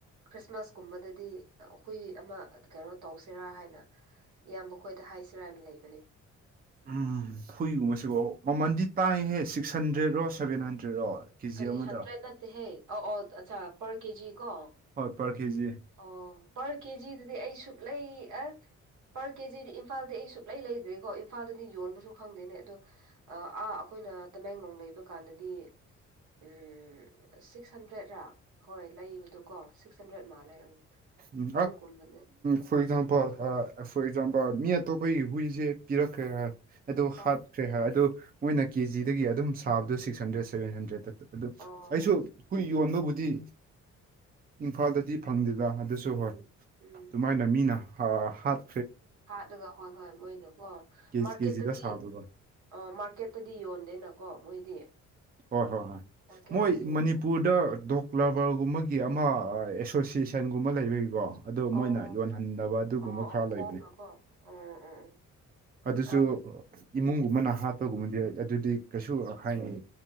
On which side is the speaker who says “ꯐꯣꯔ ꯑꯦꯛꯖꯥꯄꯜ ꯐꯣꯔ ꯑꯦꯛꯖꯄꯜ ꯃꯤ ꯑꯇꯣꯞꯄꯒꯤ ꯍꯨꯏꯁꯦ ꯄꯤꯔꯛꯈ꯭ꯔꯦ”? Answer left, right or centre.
Right